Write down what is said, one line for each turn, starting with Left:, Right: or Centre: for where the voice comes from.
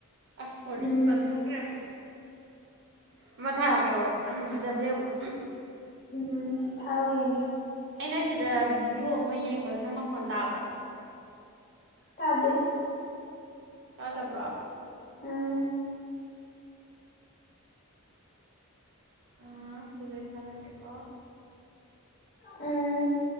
Right: ꯑꯁ ꯁꯣꯔꯤ
Left: ꯎꯝ
Right: ꯄꯟꯊꯣꯛꯈ꯭ꯔꯦꯕ ꯑꯃ ꯊꯥꯔꯛꯀꯦꯕ ꯐꯖꯕ꯭ꯔ ꯌꯦꯡꯉꯣ
Left: ꯎꯝ ꯊꯥꯔꯛꯑꯣ ꯌꯦꯡꯒꯦ
Right: ꯑꯩꯅ ꯁꯤꯗ ꯚꯤꯗꯤꯑꯣ ꯑꯃ ꯌꯦꯡꯕꯗꯣ ꯅꯪ ꯃꯈꯣꯟ ꯇꯥꯕ꯭ꯔꯣ
Left: ꯇꯥꯗꯦ
Right: ꯇꯥꯗꯕ꯭ꯔꯣ
Left: ꯎꯝ
Right: ꯑ ꯑꯗꯨꯗꯤ ꯑꯩ ꯊꯥꯔꯛꯀꯦꯀꯣ
Left: ꯎꯝ